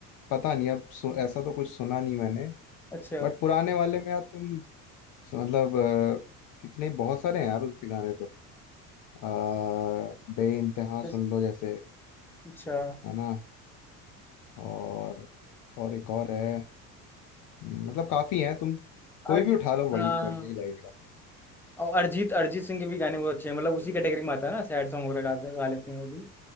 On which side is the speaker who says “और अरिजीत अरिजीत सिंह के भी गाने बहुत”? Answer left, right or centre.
Centre